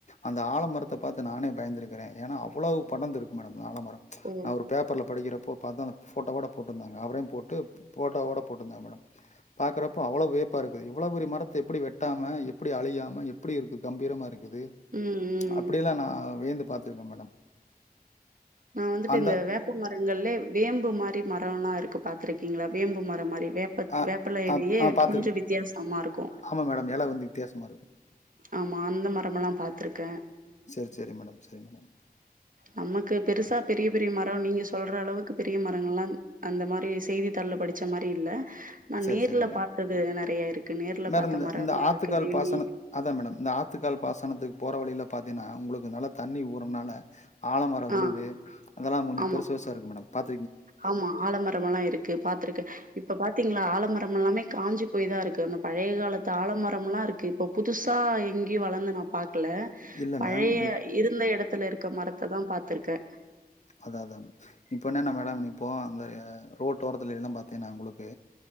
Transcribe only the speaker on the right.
ஓ!
ம், ம்.
நா வந்துட்டு
இந்த வேப்ப மரங்கள்லே வேம்பு மாரி மரம் எல்லா இருக்கு பாத்திருக்கீங்களா வேம்பு மரம் மாரி வேப்ப
வேப்பலையிலேயே
கொஞ்சம் வித்தியாசமா இருக்கும்
ஆமா அந்த மரம் எல்லா பாத்துருக்கேன்
நமக்கு பெருசா பெரிய பெரிய மரம் நீங்க சொல்ற அளவுக்கு பெரிய மரங்கள்ல்லாம் அந்த மாரி செய்தித்தாள்ல படிச்ச மாரி இல்ல நா
நேர்ல
பாத்தது நெறைய இருக்கு நேர்ல
பாத்த
மர
எல்லா
இருக்கு வேல்லி
ஆ
ஆமா,
ஆமா ஆலம ரம்லா இருக் கு பாத்துருக்கேன் இப்ப பாத்தீங்களா ஆலமரம் எல்லாமே காஞ்சி போய் தா இருக் க்கு பழைய காலத்து ஆல மரம்லாம் இருக்கு இப்ப புதுசா எங்கயும் வளர்ந்து நா பாக்கல
பழைய
இருந்த இடத்துல இருக்க மரத்தை தா பாத்திருக்கேன்